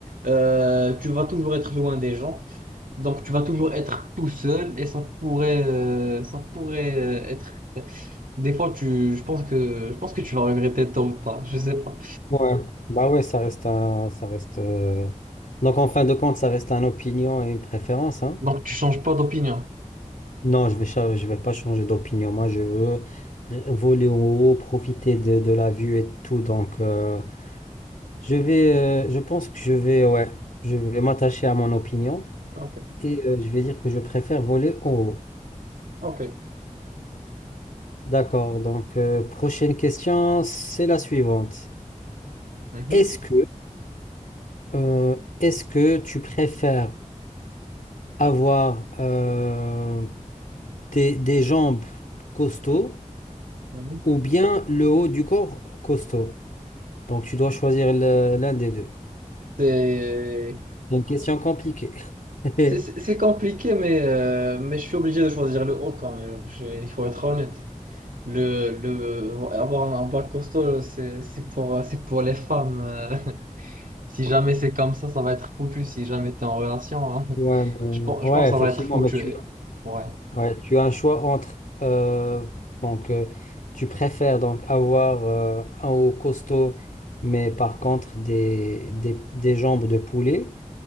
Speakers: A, on the right; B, on the left.
A: euh, tu vas toujours être loin des gens. Donc, tu vas toujours être tout seul et ça pourrait, euh, ça pourrait euh, être. Des fois, tu, je pense que, je pense que tu vas regretter tôt ou tard. Je sais pas.
B: ouais. Bah ouais, ça reste un, ça reste. euh, Donc en fin de compte, ça reste un opinion et une préférence, hein.
A: Donc, tu changes pas d'opinion.
B: Non, je vais, cha- je vais pas changer d'opinion. Moi, je veux r- voler en haut, profiter de, de la vue et tout. Donc, euh, je vais, euh, je pense que je vais, ouais, je vais m'attacher à mon opinion
A: Ok,
B: et euh, je vais dire que je préfère voler en haut.
A: ok.
B: D'accord. Donc, euh, prochaine question, c'est la suivante.
A: Mhm.
B: Est-ce que, euh, est-ce que tu préfères avoir euh, des, des jambes costauds
A: Mhm.
B: ou bien le haut du corps costaud? Donc, tu dois choisir le- l'un des deux.
A: C'est
B: C'est une question compliquée.
A: c'est-
B: <laughs>
A: c'est- c'est compliqué, mais, euh, mais je suis obligé de choisir le haut quand même. Je- Il faut être honnête. Le, le, avoir un bac costaud, c'est c'est pour, c'est pour les femmes. euh. <laughs> Si jamais c'est comme ça, ça va être foutu. Si jamais tu es en relation, hein.
B: Ouais, euh,
A: Je, pense-
B: ouais,
A: je pense que
B: effectivement,
A: ça va être foutu.
B: mais tu,
A: et- Ouais.
B: ouais, tu as un choix entre. euh, donc, euh, tu préfères donc avoir euh, un haut costaud, mais par contre des, des, des jambes de poulet,